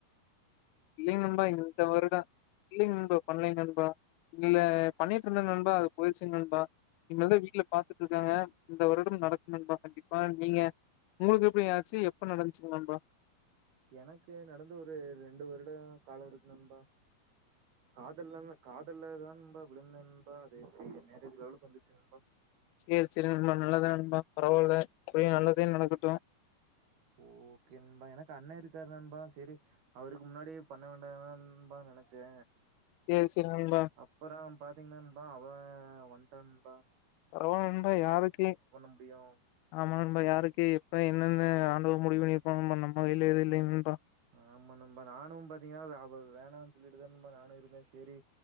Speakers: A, on the left; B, on the right.
A: இல்லங்கண்பா இந்த வருட இல்லங்கண்பா பண்ணலங்கண்பா இல்ல பண்ணிட்டு இருந்த நண்பா அது போயிச்சுங்க நண்பா இனிமே வீட்டுல பாத்துட்டு சொல்லிருக்காங்க இந்த வருடம் நடக்கணு நண்பா கண்டிப்பா நீங்க உங்களுக்கு எப்புடியாச்சு எப்ப நந்துச்சு நண்பா
B: எனக்கு நடந்து ஒரு ரெண்டு வருடம் கால இருக்கனன்பா காதல்ல காதல்லதான்பா விளிந்தேன்பா அதேப்படி மேரேஜ் லவ்ல வந்துச்சுங்கபா
A: சேரி சேரி நண்பா நல்லதா நண்பா பரவால எப்பவு நல்லதே நடக்கட்டு
B: ஓகேபா எனக்கு அண்ண இருக்காருனண்பா சேரி அவருக்கு முன்னாடி பண்ண வேண்டான்பா நெனச்சே
A: சேரி சேரி நண்பா
B: அப்பற பாத்தீங்கனண்பா அவன் வன் டண்பா
A: ஆமா நண்பா யாருக்கு
B: முடியு
A: ஆமா நண்பா யாருக்கு இப்ப என்னென்ன ஆண்டவ முடிவு பண்ணிப்பா நம்ம கைல எது இல்லங் நண்பா
B: ஆமா நண்பா நானு பாத்தீங்கனா அவ வேணா சொல்லிட்டு தானன்பா நானு இருந்தேன் செரி